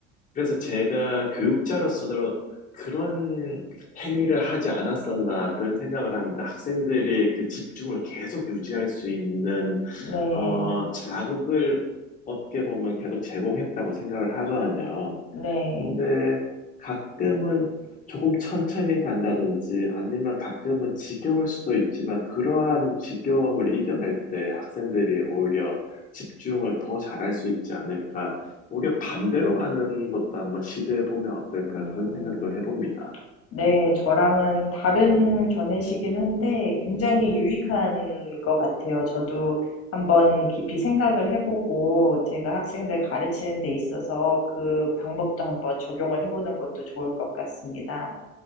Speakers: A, on the left; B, on the left.
A: 그래서 제가 교육자로서도 그런 행위를 하지 않았었나 그런 생각을 합니다. 학생들이 그 집중을 계속 유지할 수 있는
B: 네.
A: 어, 자극을 어떻게 보면 계속 제공했다고 생각을 하거든요.
B: 네.
A: 근데 가끔은 조금 천천히 간다든지 아니면 가끔은 지겨울 수도 있지만 그러한 지겨움을 이겨낼 때 학생들이 오히려 집중을 더 잘할 수 있지 않을까. 오히려 반대로 가는 것도 한번 시도해 보면 어떨까
B: 음.
A: 그런 생각도 해봅니다.
B: 네, 저랑은 다른 견해시긴 한데 굉장히 유익한 것 같아요. 저도 한번 깊이 생각을 해보고 제가 학생들 가르치는 데 있어서 그 방법도 한번 적용을 해보는 것도 좋을 것 같습니다.